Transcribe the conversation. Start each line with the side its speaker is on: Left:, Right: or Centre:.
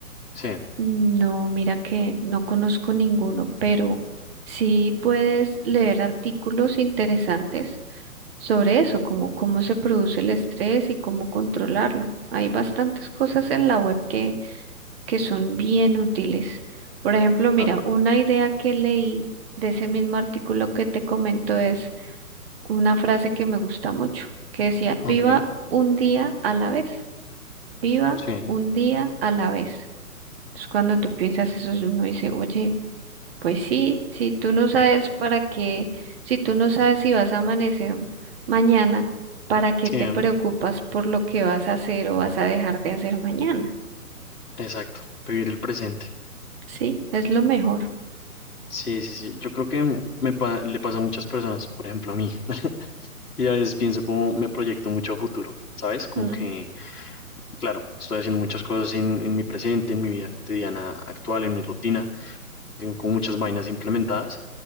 Left: sí,
Right: No, mira que no conozco ninguno, pero sí puedes leer artículos interesantes sobre eso, como cómo se produce el estrés y cómo controlarlo. Hay bastantes cosas en la web que, que son bien útiles. Por ejemplo, mira,
Left: claro.
Right: una idea que leí de ese mismo artículo que te comento es una frase que me gusta mucho, que decía,
Left: Ok.
Right: viva un día a la vez. Viva
Left: Sí,
Right: un día a la vez. Entonces, cuando tú piensas eso, uno dice, oye, pues sí, si tú no sabes para qué, si tú no sabes si vas a amanecer mañana, ¿para qué
Left: sí,
Right: te
Left: em,
Right: preocupas por lo que vas a hacer o vas a dejar de hacer mañana?
Left: exacto, vivir el presente.
Right: Sí, es lo mejor.
Left: Sí, sí, sí. Yo creo que em, me pa- le pasa a muchas personas, por ejemplo a mí, y a veces pienso como me proyecto mucho a futuro, ¿sabes? Como
Right: Mm,
Left: que, claro, estoy haciendo muchas cosas en, en mi presente, en mi vida cotidiana actual, en mi rutina, tengo como muchas vainas implementadas,